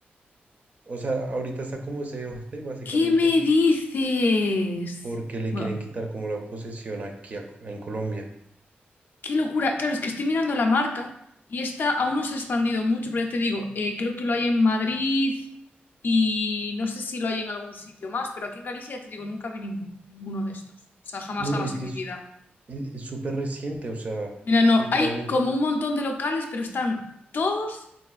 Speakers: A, on the right (about 40°); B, on the left (about 60°).
A: O sea, ahorita está como ese debate básicamente
B: ¿Qué me dices?
A: porque le
B: Buah,
A: quieren quitar como la posesión aquí a- en Colombia.
B: qué locura. Claro, es que estoy mirando la marca y esta aún no se ha expandido mucho, pero ya te digo, eh, creo que lo hay en Madrid y no sé si lo hay en algún sitio más, pero aquí en Galicia ya te digo, nunca vi ninguno, ninguno de estos. O sea, jamás,
A: No,
B: jamás
A: es
B: en
A: que
B: mi
A: es
B: vida.
A: es- es súper reciente, o sea,
B: Mira, no,
A: literalmente,
B: hay como un montón de locales, pero están todos,